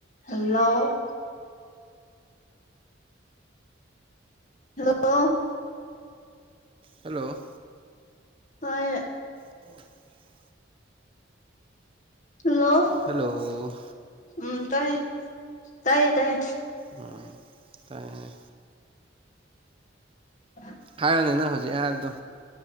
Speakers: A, on the left; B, on the right.
A: Hello hello.
B: ꯍꯜꯂꯣ꯫
A: ꯇꯥꯏꯌꯦ꯫
B: ꯑꯣ
A: ꯍꯜꯂꯣ
B: ꯍꯜꯂꯣ
A: ꯎꯝ ꯇꯥꯏꯌꯦ ꯇꯥꯏꯌꯦ ꯇꯥꯏꯌꯦ꯫
B: ꯎꯝ ꯇꯥꯏꯌꯦ꯫
A: <unintelligible>
B: ꯍꯥꯏꯔꯣꯅꯦ ꯅꯪ ꯍꯧꯖꯤꯛ ꯍꯥꯏꯕꯗꯣ꯫